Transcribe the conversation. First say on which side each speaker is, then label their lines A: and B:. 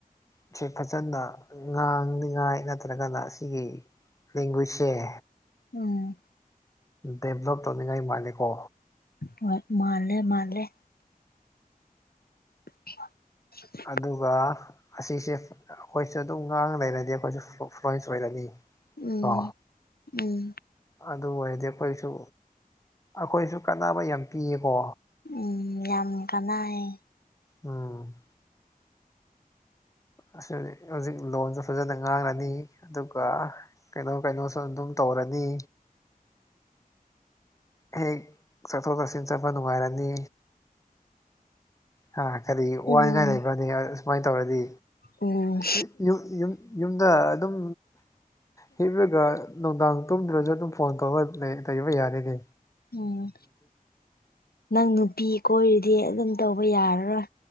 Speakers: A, on the left; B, on the left.
A: ꯏꯁꯩ ꯐꯖꯅ ꯉꯥꯡꯅꯤꯉꯥꯏ ꯅꯠꯇ꯭ꯔꯒꯅ ꯑꯁꯤꯒꯤ ꯂꯦꯡꯒꯨꯏꯁꯁꯦ
B: ꯎꯝ
A: ꯗꯦꯕꯂꯞ ꯇꯧꯅꯤꯉꯥꯏ ꯃꯥꯜꯂꯦꯀꯣ
B: ꯍꯣꯏ ꯃꯥꯜꯂꯦ ꯃꯥꯜꯂꯦ <inaudible>
A: ꯑꯗꯨꯒ ꯑꯁꯤꯁꯦ ꯑꯈꯣꯏꯁꯨ ꯑꯗꯨꯝ ꯉꯥꯡ ꯂꯩꯔꯗꯤ ꯑꯈꯣꯏꯁꯨ ꯐꯣ ꯐ꯭ꯂꯣꯏꯟꯁ ꯑꯣꯏꯔꯅꯤ
B: ꯎꯝ
A: ꯀꯣ
B: ꯎꯝ
A: ꯑꯗꯨ ꯑꯣꯏꯔꯗꯤ ꯑꯈꯣꯏꯁꯨ ꯑꯈꯣꯏꯁꯨ ꯀꯥꯟꯅꯕ ꯌꯥꯝ ꯄꯤꯌꯦꯀꯣ
B: ꯎꯝ ꯌꯥꯝ ꯀꯥꯅꯥꯏꯌꯦ
A: ꯎꯝ ꯑꯁꯤ ꯍꯨꯖꯤꯛ ꯍꯧꯖꯤꯛ ꯂꯣꯟꯖꯨ ꯐꯖꯅ ꯉꯥꯡꯂꯅꯤ ꯑꯗꯨꯒ ꯀꯩꯅꯣ ꯀꯩꯅꯣꯁꯨ ꯑꯗꯨꯝ ꯇꯧꯔꯅꯤ ꯍꯦꯛ ꯆꯠꯊꯣꯛ ꯆꯠꯁꯤꯟ ꯆꯠꯄ ꯅꯨꯡꯉꯥꯏꯔꯅꯤ ꯍꯥ ꯀꯔꯤ
B: ꯎꯝ
A: ꯋꯥꯅꯤꯡꯉꯥꯏ ꯂꯩꯕ꯭ꯔꯅꯦ ꯑꯥ ꯁꯨꯃꯥꯏ ꯇꯧꯔꯗꯤ
B: ꯎꯝ
A: ꯌꯨ ꯌꯨ ꯌꯨꯝ ꯌꯨꯝꯗ ꯑꯗꯨꯝ ꯍꯤꯞꯔꯒ ꯅꯨꯡꯗꯥꯡ ꯇꯨꯝꯗ꯭ꯔꯖꯨ ꯑꯗꯨꯝ ꯐꯣꯟ ꯇꯧꯔꯒ ꯂꯩ ꯂꯩꯕ ꯌꯥꯔꯦꯅꯦ
B: ꯎꯝ ꯅꯪ ꯅꯨꯄꯤ ꯀꯣꯏꯔꯗꯤ ꯑꯗꯨꯝ ꯇꯧꯕ ꯌꯥꯔꯔꯣꯏ